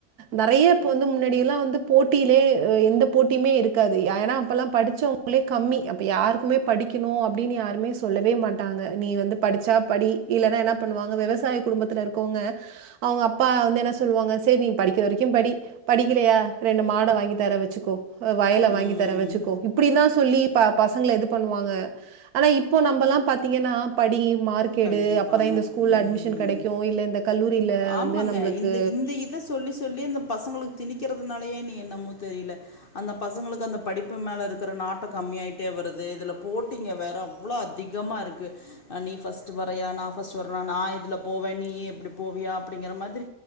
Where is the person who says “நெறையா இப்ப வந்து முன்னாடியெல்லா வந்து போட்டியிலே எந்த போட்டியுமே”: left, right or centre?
Right